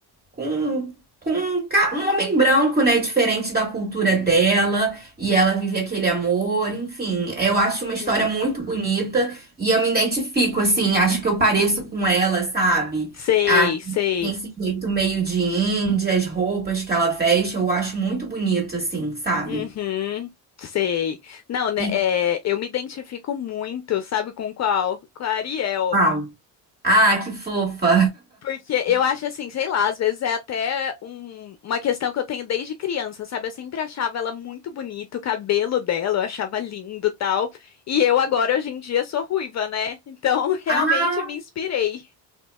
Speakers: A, on the right; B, on the left.
A: com, com um, ca- um homem branco, né? Diferente da cultura dela, e ela vive aquele amor, enfim. Eu acho uma história
B: Uhum.
A: muito bonita e eu me identifico, assim, acho que eu pareço com ela, sabe?
B: Sei,
A: A,
B: sei.
A: tem esse jeito meio de índia, as roupas que ela veste, eu acho muito bonito, assim, sabe?
B: Uhum. Sei. Não, né,
A: E,
B: é, eu me identifico muito, sabe com qual? Com a Ariel.
A: uau. Ah, que fofa!
B: Porque eu acho
A: <laughs>
B: assim, sei lá, às vezes é até um- uma questão que eu tenho desde criança, sabe? Eu sempre achava ela muito bonita, o cabelo dela eu achava lindo, tal. E eu agora hoje em dia sou ruiva, né? Então <laughs> realmente
A: Ah.
B: me inspirei.